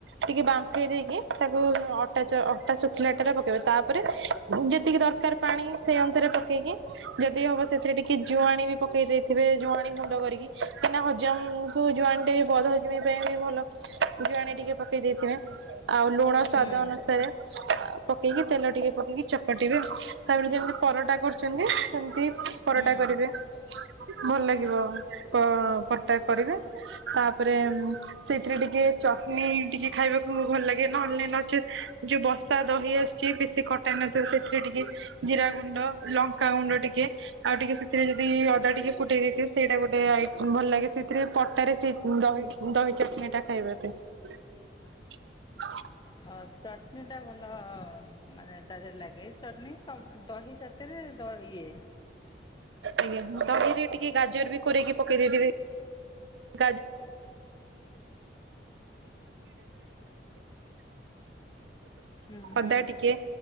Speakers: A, on the right; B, on the left.
A: ଟିକେ ବାମ୍ଫେଇ ଦେଇକି ତାକୁ ଅ ଅଟା ଚ ଅଟାଚ ଶୁଖିଲା ଟାରେ ପକେଇବା ତାପରେ ଯେତିକି ଦରକାର ପାଣି ସେଇ ଅନୁସାରେ ପକେଇକି ଯଦି ହବ ସେଥିରେ ଟିକେ ଜୁଆଣୀ ବି ପକେଇ ଦେଇଥିବେ ଜୁଆଣି ଗୁଣ୍ଡ କରିକି କାଁକିନା ହଜମକୁୁ ଜୁଆଣି ହେଇ ବଢୋଚି ପାଇଁ ବି ଭଲ ଜୁଆଣି ଟିକେ ପକେଇ ଦେଇଥିବେ। ଆଉ ଲୁଣ ସ୍ଵାଦ
B: ହଁ ହୁଁ
A: ଅନୁସାରେ। ପକେଇକି ତେଲ ଟିକେ ପକେଇକି ଚକଟିବେ। ତାପରେ ଯେମିତି ପରଟା କରୁଚନ୍ତି ସେମିତି ପରଟା
B: ହୁଁ।
A: କରିବେ। ଭଲ ଲାଗିବ ପ-ପରଟା କରିବେ ତାପରେ ସେଥିରେ ଟିକେ ଚଟନୀ ଟିକେ ଖାଇବାକୁ ଭଲ ଲାଗେ ନାହେଲେ ନଚେତ୍ ଯୋଉ ବ ସା ଦହି ଆସୁଚି ବେଶୀ ଖଟା ନଥିବ ସେଥିରେ ଟିକେ ଜିରା ଗୁଣ୍ଡ ଲଙ୍କାଗୁଣ୍ଡ ଟିକେ ଆଉ ଟିକେ ସେଥିରେ ଯଦି ଅଦା ଟିକେ ଫୁଟେଇ ଦେଇଥିବ ସେଇଟା ଗୋଟେ ଭଲ ଲାଗେ ସେଥିରେ ପଟାରେ ସେ ଦହି ଦହି ଚଟଣି ଟା ଖାଇବା ପାଇଁ।
B: ହଁ ଚଟନ୍ନି ଟା ଭଲ ମାନେ ତା ଦେହରେ ଲାଗେ, ଚଟଣୀ ତ ଦହି ସାଥିରେ ଦ-ଇଏ।
A: ଆଜ୍ଞା ଦହିରେ ଟିକେ ଗାଜର ବି କରିକି ପକେଇ ଦେଇଥିବେ। <unintelligible> <unintelligible>
B: ହୁଁ
A: ହଦା
B: ହୁଁ
A: ଟିକେ